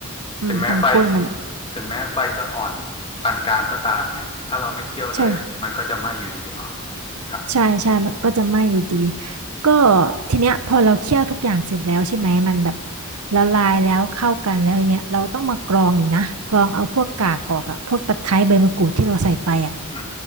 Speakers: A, on the right; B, on the left.
A: อืมตรงก้นมันอะ
B: ถึงแม้ไฟถึงแม้ไฟจะอ่อนปานกลางก็ตามเนี่ยถ้าเราไม่เคี่ยวเลยมันก็จะไหม้อยู่ดีเนาะ
A: ใช่
B: ครับ
A: ใช่ใช่ มันก็จะไหม้อยู่ดี ก็ทีเนี้ยพอเราเคี่ยวทุกอย่างเสร็จแล้วใช่ไหมมันแบบละลายแล้วเข้ากันแล้วทีเนี้ยเราต้องมากรองอีกนะกรองเอาพวกกากออกอะพวกตะไคร้ใบมะกรูดที่เราใส่ไปอะ
B: อื